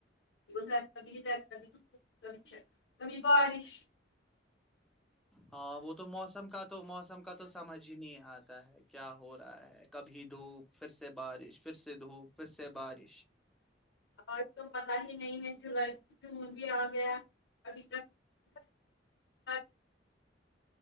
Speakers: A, on the left; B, in the centre.
A: ادھر کبدھر کب کمی بارش
B: ہاں وہ تو موسم کا تو موسم کا تو سمجھ ہی نہیں آج ہے کیا ہو رہا ہے کبھی دھوپ پھر سے بارش پھر سے دھوپ پھر سے بارش
A: اور تو ہی نہیں ہے جولائی جون بھی آ گیا ابھی تک